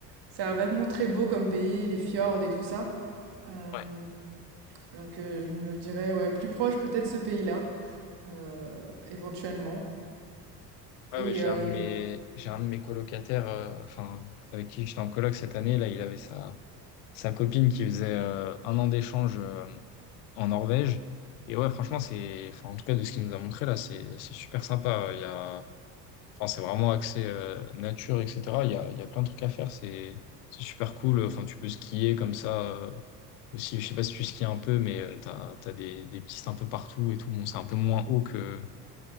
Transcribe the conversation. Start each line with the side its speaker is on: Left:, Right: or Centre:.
Right: ça vraiment très beau comme pays, les fjords et tout ça. Hem,
Left: Ouais,
Right: donc, heu, je me dirais, ouais, plus proche peut-être ce pays-là, heu, éventuellement
Left: ouais,
Right: et
Left: ouais, j'ai
Right: hem
Left: un de mes, j'ai un de mes colocataires, euh, enfin, avec qui j'étais en coloc cette année, là, il avait sa, sa copine qui faisait euh, un an d'échange. euh, en Norvège. Et ouais, franchement, c'est, enfin, en tout cas, de ce qu'il nous a montré là, c'est, c'est super sympa. Il y a, enfin, c'est vraiment axé euh, nature, etc. Il y a, il y a plein de trucs à faire. C'est, c'est super cool. Enfin, tu peux skier comme ça euh, aussi. Je sais pas si tu skis un peu, mais euh, t'as, t'as des, des pistes un peu partout et tout. Bon, c'est un peu moins haut que